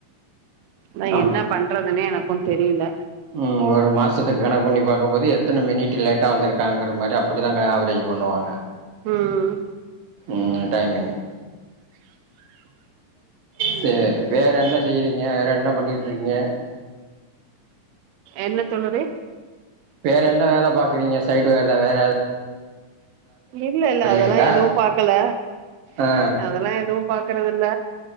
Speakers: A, on the right; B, on the right.
A: நா
B: ஆம்
A: என்ன பண்றதுன்னே எனக்கு தெரியல
B: ம் ஒரு மாசத்துக்கு கணக்கு பண்ணி பார்க்கும்போது எத்தனை மினிட் லேட்டா வந்திருக்காங்கிற மாதிரி அப்படிதா ஆவரேஜ் பண்ணுவாங்க
A: ம்
B: ம் டைமிங்
A: ம்
B: சரி வேறென்ன செய்யறீங்க வேற என்ன பண்ணிட்டுக்கீங்க
A: என்ன தோழரே
B: வேற என்ன வேலை பா்கக்குறீங்க சைடு வேலை வேறதாவது
A: இல்ல இல்ல அதெல்லா
B: இருக்கா
A: எதுவு பாக்கல
B: ஆ
A: அதெல்லா எதுவு பாக்குறது இல்ல